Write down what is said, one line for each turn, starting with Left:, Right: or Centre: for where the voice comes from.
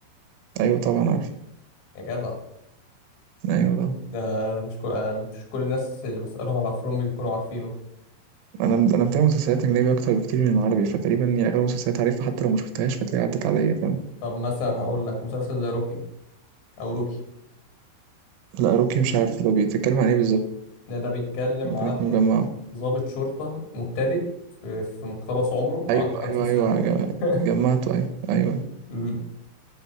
Right: أيوة طبعا عارف
Left: يا جدع
Right: أيوة طبعا
Left: ده أنا مش كل... آه، مش كل الناس اللي بسألهم على فروم بيكونوا عارفينه
Right: أنا أنا متابع مسلسلات أجنبي أكتر بكتير من العربي فتقريبا يعني أغلب المسلسلات عارفها حتى لو ما شفتهاش فتلاقي عدت عليا فاهم
Left: طب مثلا هقول لك مسلسل ذا روكي أو روكي
Right: لا روكي مش عارف ده بيتكلم عن إيه بالظبط
Left: ده ده بيتكلم
Right: ممكن
Left: عن
Right: أكون مجمعه
Left: ضابط شرطة مبتدئ في, في مقتبس عمره
Right: أيوة
Left: عنده 50
Right: أيوة
Left: سنة
Right: أيوة جم-
Left: <laughs>
Right: جمعته أيوة أيوة
Left: مم.